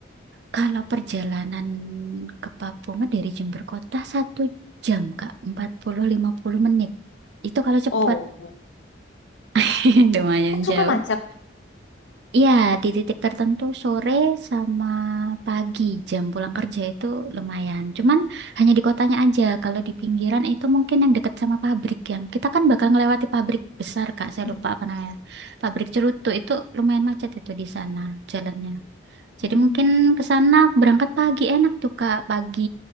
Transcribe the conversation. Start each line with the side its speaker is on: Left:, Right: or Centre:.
Right: Kalau perjalanan ke Papua mah dari Jember Kota satu jam, Kak. empat puluh lima puluh menit. Itu kalau cepat.
Left: Oh,
Right: <laughs> Lumayan
Left: Kok suka
Right: jauh.
Left: macet.
Right: Iya, di titik tertentu sore sama pagi jam pulang kerja itu lumayan. Cuman hanya di kotanya aja. Kalau di pinggiran itu mungkin yang dekat sama pabrik yang kita kan bakal ngelewati pabrik besar, Kak. Saya
Left: Mm.
Right: lupa apa namanya. Pabrik Cerutu itu lumayan macet itu di sana jalannya.
Left: Hmm.
Right: Jadi mungkin ke sana berangkat pagi enak tuh, Kak. Pagi